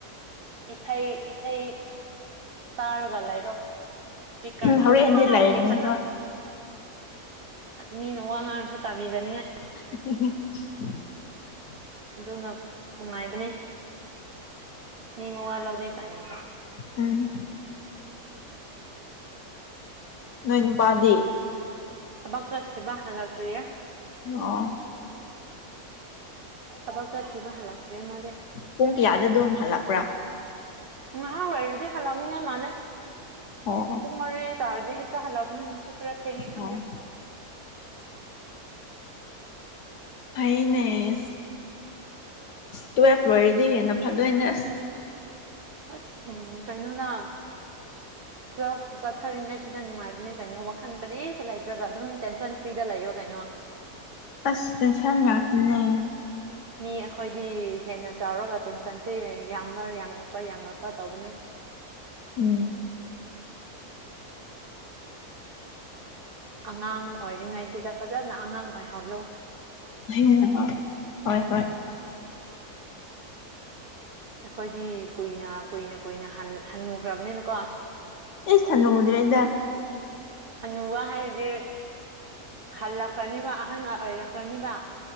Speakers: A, on the right; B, on the left.
A: ꯏꯁꯥꯏ ꯏꯁꯆꯥꯏ ꯇꯥꯔꯒꯂꯥꯏꯔꯛ ꯁ ꯀꯔꯅ
B: ꯍꯣꯔꯦꯟꯗꯤ
A: ꯍꯂ
B: ꯂꯩꯔꯅꯤ
A: ꯑꯦ ꯈꯂ
B: ꯍꯣꯏ
A: ꯉ ꯃꯤꯅ ꯋꯥ ꯉꯥꯡꯔꯁꯨ ꯇꯥꯕꯤꯔꯅꯤꯉꯥꯏ
B: <inaudible>
A: ꯑꯗꯨꯅ ꯅꯨꯡꯉꯥꯏꯕꯅꯦ ꯃꯤ ꯃꯉꯥ ꯂꯧꯗꯦ ꯀꯥꯏꯅ ꯀꯥꯏ
B: ꯎꯝ ꯅꯣꯏ ꯅꯨꯄꯥꯗꯤ
A: ꯑꯕꯥꯛ ꯆꯠ ꯆꯦꯕ ꯍꯉꯥꯛꯇꯔꯤꯔꯤꯌꯥ
B: ꯑꯣ
A: ꯊꯕꯛ ꯆꯠꯈꯤꯕ ꯍꯜꯂꯛꯇ꯭ꯔꯦ ꯃꯥꯅꯦꯦ
B: ꯄꯨꯡ ꯀꯌꯥꯗ ꯑꯗꯨꯝ ꯍꯜꯂꯛꯄ꯭ꯔꯥ
A: ꯉꯥꯏꯍꯥꯡ ꯂꯩꯔꯗꯤ ꯍꯜꯂꯛꯅꯤꯡꯉ ꯃꯥꯜꯅꯦꯦ
B: ꯑꯣ ꯑꯣ
A: ꯄꯨꯡ ꯃꯔꯤ ꯇꯥꯔꯗꯤ ꯍꯦꯛ ꯇ ꯍꯜꯂꯛꯅ ꯉꯁꯤ ꯈꯔ ꯊꯦꯡꯉꯦ ꯈꯪꯖꯦ
B: ꯑꯣ ꯍꯅꯦꯁꯨ ꯇꯋ ꯂꯣꯏꯔꯗꯤ ꯍꯦꯟꯅ ꯐꯥꯗꯣꯏꯅꯦ ꯑꯁ
A: ꯑꯁ ꯎ ꯀꯩꯅꯣꯅ ꯇ꯭ꯋꯦꯜꯐ ꯆꯠꯊꯔꯤꯉꯩꯁꯤꯗ ꯅꯨꯡꯉꯥꯏꯕꯅꯦ ꯀꯩꯅꯣ ꯋꯥꯈꯟ ꯀꯔꯤꯁꯨ ꯂꯩꯇ꯭ꯔꯒ ꯑꯗꯨꯝ ꯇꯦꯟꯁꯟ ꯐ꯭ꯔꯤꯗ ꯂꯩꯌꯣ ꯀꯩꯅꯣ <inaudible>
B: ꯑꯁꯁ ꯌꯥꯅꯦ
A: ꯃꯤ ꯑꯩꯈꯣꯏꯗꯤ ꯍꯦꯟꯅ ꯆꯥꯎꯔꯒ ꯇꯦꯟꯁꯟꯁꯦ ꯌꯥꯝꯕ ꯌꯥꯝꯔꯛꯄ ꯌꯥꯝꯔꯛꯄ ꯇꯧꯕꯅꯦ <inaudible>
B: ꯎꯝ
A: ꯑꯉꯥꯡ ꯑꯣꯏꯔꯤꯉꯩꯁꯤꯗ ꯐꯖꯅ ꯑꯉꯥꯡ ꯑꯣꯏꯍꯧꯂꯣ
B: ꯎ ꯍ ꯍꯣꯏ ꯍꯣꯏ
A: ꯑꯩꯈꯣꯏꯗꯤ ꯀꯨꯏꯅ ꯀꯨꯏꯅ ꯀꯨꯏꯅ ꯍꯟꯅꯨꯈ꯭ꯔꯕꯅꯤꯅꯀꯣ
B: ꯑꯩ ꯁꯅ ꯍꯗ ꯔꯗ
A: ꯑꯅꯨꯧꯕ ꯍꯥꯏꯁꯦ ꯍꯜꯂꯛꯈ꯭ꯔꯅꯤꯕ ꯑꯍꯜ ꯑꯣꯏꯔꯛꯈ꯭ꯔꯅꯤꯕ